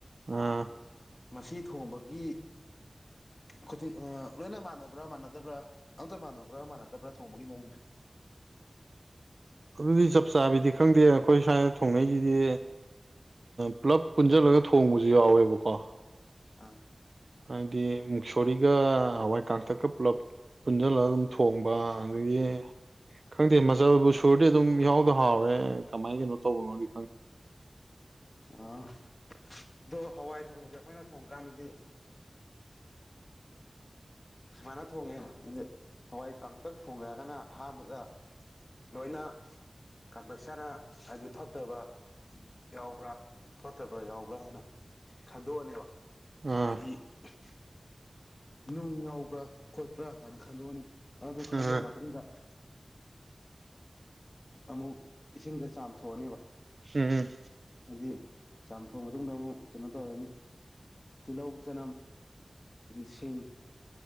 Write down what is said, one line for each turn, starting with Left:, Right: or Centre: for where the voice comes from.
Right: ꯑꯝ
Left: ꯃꯁꯤ ꯊꯣꯡꯕꯒꯤ ꯈꯨꯗꯤꯡ ꯂꯣꯏꯅ ꯃꯥꯟꯅꯕ꯭ꯔꯥ ꯃꯥꯟꯅꯗꯕ꯭ꯔꯥ ꯑꯝꯇ ꯃꯥꯟꯅꯕ꯭ꯔꯥ ꯃꯥꯟꯅꯗꯕ꯭ꯔꯥ ꯊꯣꯡꯕꯒꯤ ꯃꯑꯣꯡꯁꯦ
Right: ꯑꯗꯨꯗꯤ ꯆꯞ ꯆꯥꯕꯤꯗꯤ ꯈꯪꯗꯦ ꯑꯩꯈꯣꯏ ꯁ꯭ꯋꯥꯏꯗ ꯊꯣꯡꯅꯩꯁꯤꯗꯤ ꯄꯨꯂꯞ ꯄꯨꯟꯁꯤꯜꯂꯒ ꯊꯣꯡꯕꯁꯨ ꯌꯥꯎꯋꯦꯕꯀꯣ
Left: ꯑꯝ
Right: ꯍꯥꯏꯗꯤ ꯃꯨꯛꯁꯣꯔꯤꯒ ꯍꯋꯥꯏ ꯀꯥꯡꯇꯛꯀ ꯄꯨꯜꯂꯞ ꯄꯨꯟꯁꯤꯜꯂꯒ ꯑꯗꯨꯝ ꯊꯣꯡꯕ ꯑꯗꯒꯤ ꯈꯪꯗꯦ ꯃꯖꯜꯕꯨ ꯁꯨꯔꯗꯤ ꯑꯗꯨꯝ ꯏꯍꯥꯎꯗ-ꯍꯥꯎꯔꯦ ꯀꯃꯥꯏꯒꯅꯣ ꯇꯧꯕꯃꯒꯤ
Left: ꯑꯥ ꯗꯣ ꯍꯋꯥꯏ ꯊꯣꯡꯕꯁꯦ ꯑꯩꯈꯣꯏꯅ ꯊꯣꯡꯕꯀꯥꯟꯗꯗꯤ ꯃꯅ ꯊꯣꯡꯉꯦ ꯏꯗꯤ <unintelligible> ꯍꯋꯥꯏ ꯀꯇꯛ ꯊꯣꯡꯒꯦ ꯍꯥꯏꯔꯒꯅ ꯑꯍꯥꯟꯕꯗ ꯂꯣꯏꯅ ꯀꯥꯡꯇꯛꯁꯦ ꯍꯥꯟꯅ ꯍꯥꯏꯗꯤ ꯐꯠꯇꯕ ꯌꯥꯎꯕ꯭ꯔꯥ ꯐꯣꯠꯇꯕ ꯌꯥꯎꯕ꯭ꯔꯥ ꯍꯥꯟꯅ ꯈꯟꯗꯣꯛꯑꯅꯦꯕ
Right: ꯑꯥ
Left: ꯍꯥꯏꯗꯤ <unintelligible> ꯅꯨꯡ ꯌꯥꯎꯕ꯭ꯔꯥ ꯈꯣꯠꯄ꯭ꯔꯥ ꯍꯥꯏꯅ ꯈꯟꯗꯣꯛꯑꯅꯤ ꯑꯗꯨ ꯈꯟꯗꯣꯛꯑ
Right: ꯑꯥ
Left: ꯃꯇꯨꯡꯗ ꯑꯃꯨꯛ ꯏꯁꯤꯡꯗ ꯆꯥꯝꯊꯣꯛ <unintelligible> ꯊꯣꯑꯅꯦꯕ
Right: ꯎꯝ-ꯎꯝ
Left: ꯗꯤ ꯆꯥꯝꯊꯣꯛ ꯃꯇꯨꯡꯗ ꯑꯃꯨꯛ ꯀꯩꯅꯣ ꯇꯧꯔꯅꯤ ꯇꯤꯜꯍꯧ ꯆꯅꯝ ꯑꯗꯒꯤ ꯁꯤꯡ